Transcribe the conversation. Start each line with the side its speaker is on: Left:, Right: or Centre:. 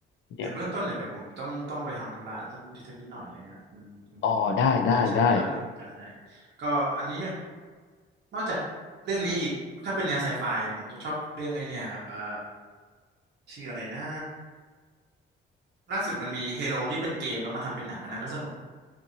Left: เนี่ย
Right: เดี๋ยวเบื้องต้นเนี่ยเดี๋ยวผมต้องต้องไปทำธุระสักนิดนิดหน่อยนะฮะคุณคุณกรุงได้ใช่อีกแป๊บหนึ่งอ่าได้
Left: อ๋อได้ได้ได้
Right: ก็อันนี้นอกจากเรื่องนี้อีกถ้าเป็นแนวไซไฟผมจะชอบเรื่องไอเนี่ยครับเอ่อชื่ออะไรนะล่าสุดมันมีเฮโ o ที่เป็นเกมแล้วมาทำเป็นหนังอันนั้นก็สนุก